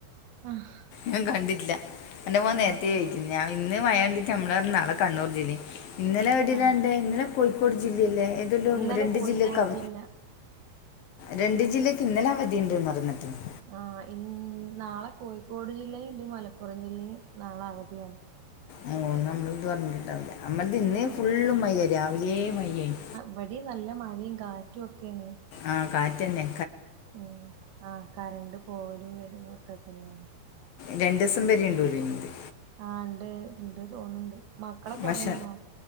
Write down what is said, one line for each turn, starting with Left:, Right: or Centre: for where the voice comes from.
Right: ആഹ്
Left: ഞാൻ കണ്ടിട്ടില്ല എന്റെ മോൻ നേരത്തെ
Right: ആഹ്
Left: പിന്നെ ഇന്ന് വയേണ്ടിട്ട് നമ്മളെ നാളെ കണ്ണൂർ ജില്ല ഇന്നലെ എവിടാണ്ട്
Right: ആഹ്
Left: ഇന്നലെ. കോഴിക്കോട് ജില്ലല്ലേ ഏതെലും
Right: ഇന്നലെ
Left: രണ്ട്
Right: കോഴിക്കോട്
Left: ജില്ലക്ക് അവ
Right: ജില്ല
Left: രണ്ട് ജില്ലക്ക് ഇന്നലെ അവധിണ്ട്ന്ന് പറഞ്ഞിട്ടിണ്ട്.
Right: ആഹ് ഇ നാളെ കോഴിക്കോട് ജില്ലയിണ്ട് മലപ്പുറം ജില്ലയും നാളെ അവധിയാണ്.
Left: ഓ നമ്മളത് പറഞ്ഞിട്ടുണ്ടാവില്ല നമ്മളത് ഇന്നേ
Right: ആഹ്
Left: ഫുള്ളും മയയാ രാവിലേ മയയാണ്.
Right: ഇവിടീം നല്ല മഴേം കാറ്റും ഒക്കെയാണ്.
Left: ആഹ് കാറ്റ് അന്നെ
Right: ഉം ആഹ് കറണ്ട് പോവലും വരുവോം ഒക്കെ തന്നെയാണ്.
Left: രണ്ടോസം വരേണ്ട് <unintelligible>
Right: ആഹ് ഉണ്ട് ഉണ്ട് തോന്നുന്നുണ്ട് മക്കളൊക്കെ
Left: ഭക്ഷ
Right: ഉറങ്ങിയോ?